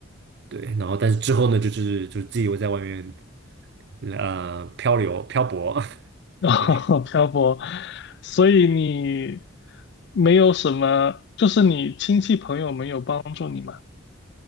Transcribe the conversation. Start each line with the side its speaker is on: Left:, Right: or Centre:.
Right: 对，然后但是之后呢，就是就是自己我在外面呃漂流漂泊，<laughs>
Left: <laughs> 哦漂泊，
Right: 对，
Left: 所以你没有什么，就是你亲戚朋友没有帮助你吗？